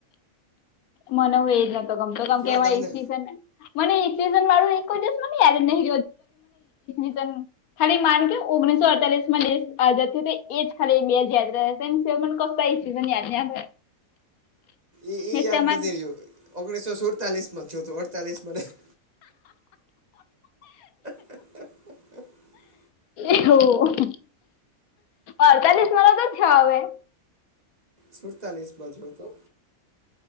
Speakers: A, on the left; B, on the right.
A: મન એજ નતો ગમતો કેમકે
B: કયો
A: એમાં
B: તમને
A: એસી છે ને? મને <unintelligible> વાળું મને કોઈ દિવસ યાદ જ નહીં રયો <unintelligible> ખાલી માન કે ઓગણીસો અડતાલીસ માં દેશ આઝાદ થયો હતો ખાલી બે યાદ રહ્યા. <unintelligible>
B: એ એ
A: ને
B: યાદ
A: તમાર
B: નથી રહ્યો ઓગણીસો સુડતાલીસ માં થયો તો અડતાલીસ માં નહીં. <unintelligible>
A: એવું અડતાલીસ માં નોતો થયો હવે.
B: સુડતાલીસ થયો હતો.